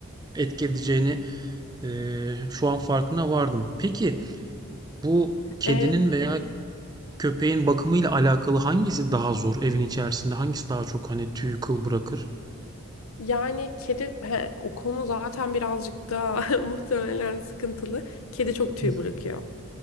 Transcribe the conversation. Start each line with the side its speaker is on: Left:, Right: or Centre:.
Right: etki edeceğini e, şu an farkına vardım. Peki bu kedinin
Left: E,
Right: veya köpeğin bakımıyla alakalı hangisi daha zor evin içerisinde? Hangisi daha çok hani tüy kıl bırakır?
Left: Yani kedi he, o konu zaten birazcık daha <laughs> muhtemelen sıkıntılı. Kedi çok tüy
Right: Hı.
Left: bırakıyor.